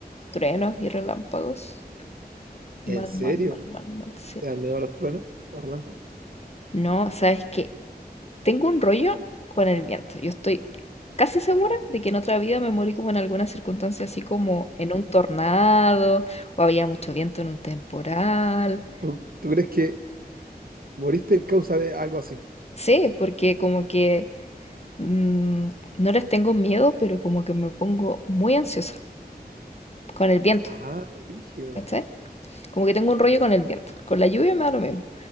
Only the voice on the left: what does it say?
truenos y relámpagos.
Mal,
mal, mal, mal, mal, sí.
No, sabes que tengo un rollo con el viento. Yo estoy casi segura de que en otra vida me morí como en alguna circunstancia, así como en un tornado, o había mucho viento en un temporal.
Sí, porque como que mm, no les tengo miedo, pero como que me pongo muy ansiosa con el viento,
¿cachai? Como que tengo un rollo con el viento. Con la lluvia me da lo mismo,